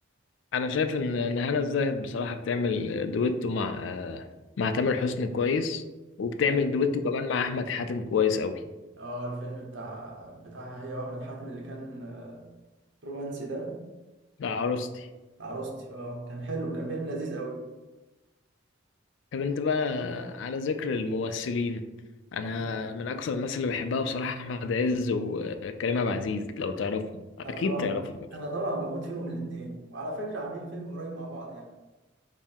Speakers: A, on the left; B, on the right.
A: انا شايف ان إن هنا الزاهد بصراحه بتعمل دويتو مع آه، مع تامر حسني كويس وبتعمل
B: تمام
A: دويتو كمان مع احمد حاتم كويس قوي
B: اه الفيلم بتاع بتاعها هي وأحمد حاتم اللي كان رومانسي ده
A: لا عروستي
B: بتاع عروستي اه كان حلو كان فيلم لذيذ قوي
A: طب انت بقى على ذكر الممثلين انا
B: مم.
A: من اكثر الناس اللي بحبها بصراحه احمد عز وكريم عبد العزيز لو تعرفهم
B: انا
A: اكيد
B: طبعا
A: تعرفهم
B: انا طبعا بموت فيهم الاثنين وعلى فكره عاملين فيلم قريب مع بعض يعني